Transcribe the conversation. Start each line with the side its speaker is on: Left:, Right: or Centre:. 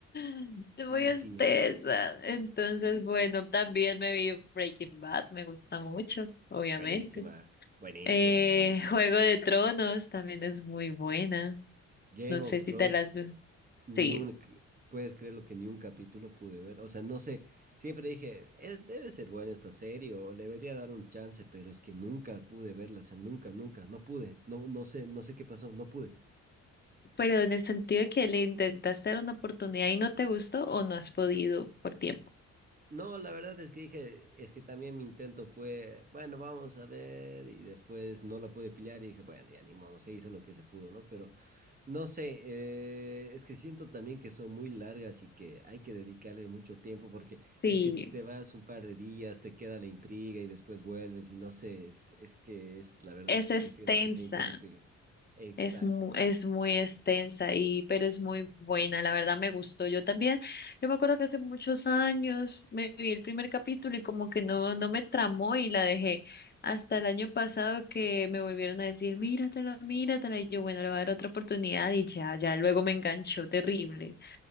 Left: <sighs> es muy
Right: Y
Left: extensa.
Right: sí,
Left: Entonces, bueno, también me vi Breaking Bad, me gusta mucho, obviamente.
Right: buenísima, buenísima,
Left: Eh,
Right: buenísima.
Left: Juego de Tronos también es muy buena,
Right: Game
Left: no sé
Right: of
Left: si
Right: Thrones,
Left: te las...
Right: ni
Left: Sí.
Right: un, c- puedes creer lo que ni un capítulo pude ver. O sea, no sé, siempre dije, "Eh, debe ser buena esta serie o le debería dar un chance, pero es que nunca pude verla, o sea, nunca, nunca, no pude, no, no sé, no sé qué pasó, no pude.
Left: pero en el sentido de que le intentaste dar una oportunidad y no te gustó o no has podido por tiempo.
Right: No, la verdad es que dije, es que también mi intento fue, bueno, vamos a ver, y después no la pude pillar y dije, bueno, ya ni modo, se hizo lo que se pudo, ¿no? Pero no sé, eh, es que siento también que son muy largas y que hay que dedicarle mucho tiempo porque
Left: Sí,
Right: es que si te vas un par de días, te queda la intriga y después vuelves y no sé, es, es que es, la verdad,
Left: es extensa.
Right: prefiero que sea interrumpido. Exacto.
Left: Es muy, es muy extensa y, pero es muy buena, la verdad me gustó. Yo también, yo me acuerdo que hace muchos años me vi el primer capítulo y como que no, no me tramó y la dejé. Hasta el año pasado que me volvieron a decir, míratela, míratela. Y yo, bueno, le voy a dar otra oportunidad y ya, ya luego me enganchó terrible,